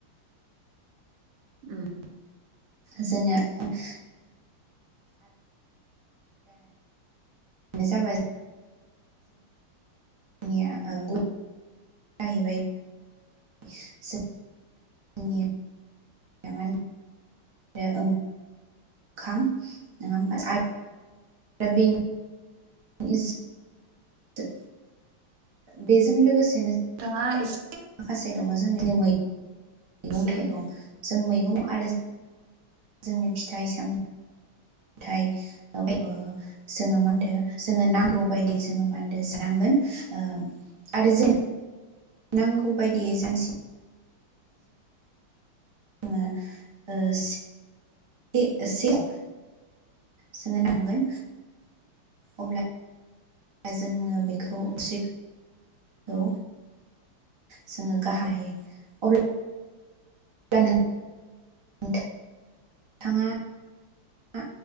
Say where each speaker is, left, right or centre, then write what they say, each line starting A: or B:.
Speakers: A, on the right; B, on the right.
A: उम
B: जोंनो <unintelligible> जाबाय जोंनिया ओ गु जाहैबाय जों <unintelligible> बेजों लोगोस
A: थाङा इस
B: माखासे दङ जोंनि मैगं
A: एसे
B: थाइगं जों मैगं आरो जोंनि फिथाइ साम थाइ ओ जोङो मा होनदो जोङो नां गौ बायदियै जोङो मा होनदो जो नांगोन ओम आरो जोन नांगौ बायदियै जानसि ङो ओ से ए सेयाव जोङो नांगोन अब्ला जोङो बेखौ <unintelligible> खौ जोङो गाहाम हायो अब्ल अब्ला नों थां थाङा आ